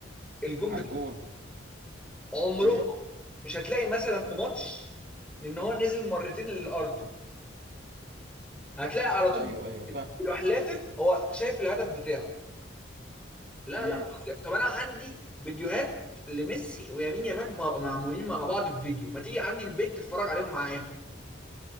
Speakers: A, in the centre; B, on the right.
A: الجون
B: على
A: بت-
B: الجون
A: عمره
B: مم،
A: مش هتلاقي مثلا في ماتش ان هو نزل مرتين لارضه هتلاقي على طول
B: ايوه ايوه فاهم
A: بيروح لافف هو شايف الهدف بتاعه لا
B: مم،
A: لا فظيع. طب انا عندي فيديوهات لميسي ويمين يامال مع- معمولين مع بعض في فيديو ما تيجي عندي البيت تتفرج عليهم معايا